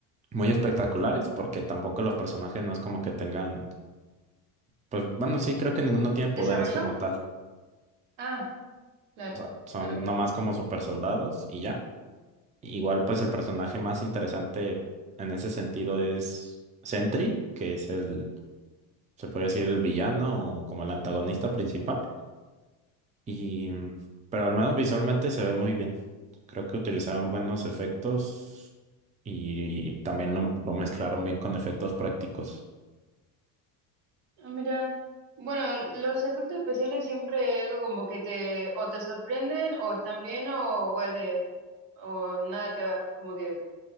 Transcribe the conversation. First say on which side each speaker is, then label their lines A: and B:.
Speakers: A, on the right (about 15°); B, on the right (about 75°).
A: muy espectaculares, porque tampoco los personajes no es como que tengan, pues bueno, sí, creo que ninguno tiene poderes
B: ¿Desarrolló?
A: como tal.
B: Ah, claro,
A: O sea, son
B: claro, claro.
A: nomás como super soldados y ya. Igual, pues el personaje más interesante en ese sentido es Sentry, que es el, se podría decir, el villano o como el antagonista principal. Y, mm, pero al menos visualmente se ve muy bien. Creo que utilizaron buenos efectos y, también lo, lo mezclaron bien con efectos prácticos.
B: Ah, mira, bueno, los efectos especiales siempre es algo como que te o te sorprenden o están bien o, o es de o nada que ver, como que